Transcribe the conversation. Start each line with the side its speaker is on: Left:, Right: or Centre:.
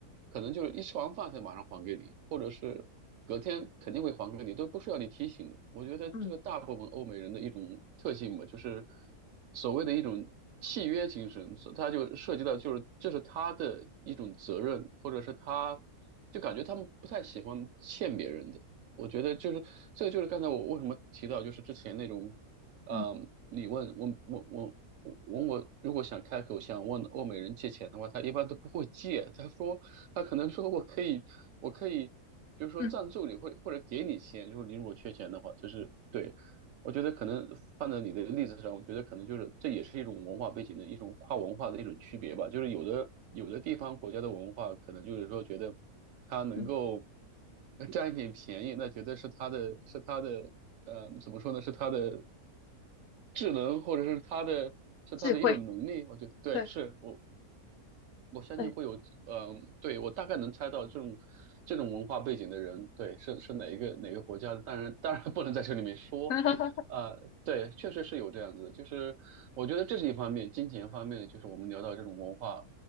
Right: 可能就是一吃完饭他马上还给你，或者是隔天肯定会还给你，都不需要你提醒的。我觉得这个大部分欧美人的一种特性吧，
Left: 嗯
Right: 就是所谓的一种契约精神，所他就涉及到就是这是他的一种责任，或者是他就感觉他们不太喜欢欠别人的。我觉得就是这个，就是刚才我为什么提到，就是之前那种，嗯，
Left: 嗯
Right: 你问我我我我问我，如果想开口想问欧美人借钱的话，他一般都不会借，他说他可能说我可以，我可以，就是说赞助你，
Left: 嗯
Right: 或或者给你钱，就是你如果缺钱的话，就是对。我觉得可能放在你的例子上，我觉得可能就是这也是一种文化背景的一种跨文化的一种区别吧。就是有的有的地方国家的文化，可能就是说觉得它能够
Left: 嗯，
Right: <laughs> 占一点便宜，那觉得是它的是它的呃怎么说呢？是它的智能或者是它的是它的一种能力。
Left: 智慧，
Right: 我觉得对，
Left: 对
Right: 是我我相信会有，
Left: 对，
Right: 嗯、对，我大概能猜到这种这种文化背景的人，对，是是哪一个哪个国家的？当然，当然不能在这里面说，
Left: <laughs> 嗯
Right: 呃，对，确实是有这样子的，就是我觉得这是一方面，金钱方面的，就是我们聊到这种文化